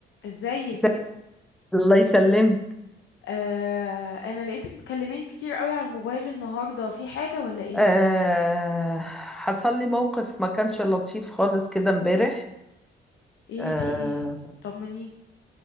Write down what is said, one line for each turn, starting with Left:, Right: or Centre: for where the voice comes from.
Left: ازيك
Centre: ازيك؟ الله يسلمك
Left: آه انا لقيتك مكلماني كتير قوي على الموبايل النهارده في حاجه ولا ايه
Centre: آه حصل لي موقف ما كانش لطيف خالص كده امبارح
Left: ايه
Centre: آه
Left: في ايه طمنيني